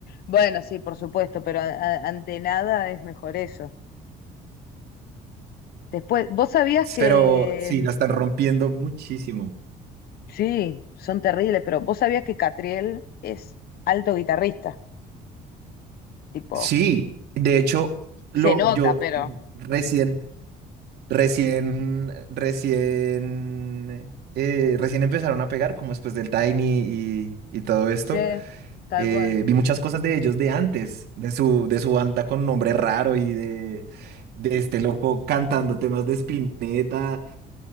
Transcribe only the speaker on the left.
Bueno, sí, por supuesto, pero a- a- ante nada es mejor eso. Después, vos sabías que,
sí, son terribles, pero vos sabías que Catriel es alto guitarrista, tipo,
se nota,
pero...
Sí, tal
cual.